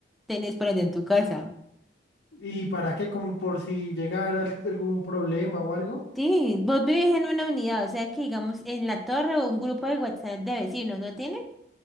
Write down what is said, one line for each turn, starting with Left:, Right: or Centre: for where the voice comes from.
Centre: tenés por allá en tu casa.
Left: ¿Y para qué? Como por si llegara al- algún problema o algo.
Centre: Sí, vos vivís en una unidad, o sea que digamos en la torre o un grupo de WhatsApp de vecinos, ¿no tienen?